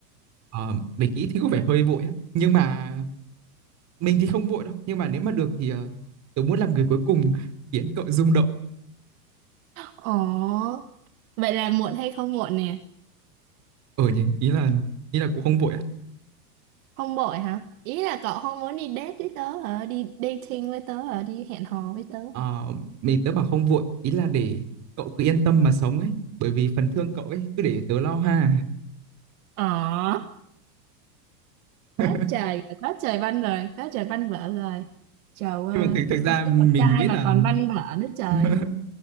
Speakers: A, on the right; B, on the right.
A: Ờ, mình nghĩ thì có vẻ hơi vội á. Nhưng mà mình thì không vội đâu. Nhưng mà nếu mà được thì ờ, tớ muốn làm người cuối cùng khiến cậu rung động.
B: Ồ vậy là muộn hay không muộn nè?
A: Ờ nhỉ, ý là ý là cũng không vội á.
B: Không vội hả? Ý là cậu không muốn đi date với tớ hả? Đi dating với tớ hả? Đi hẹn hò với tớ
A: Ờ,
B: hả?
A: mình tớ bảo không vội, ý là để cậu cứ yên tâm mà sống ấy. Bởi vì phần thương cậu ấy cứ để tớ lo ha.
B: Ờ
A: <laughs>
B: quá trời quá trời văn rồi quá trời văn vở rồi trời ơi
A: Nhưng mà thực thực ra
B: không biết
A: mình
B: con trai
A: nghĩ
B: mà
A: là
B: còn văn vở nữa trời
A: <laughs>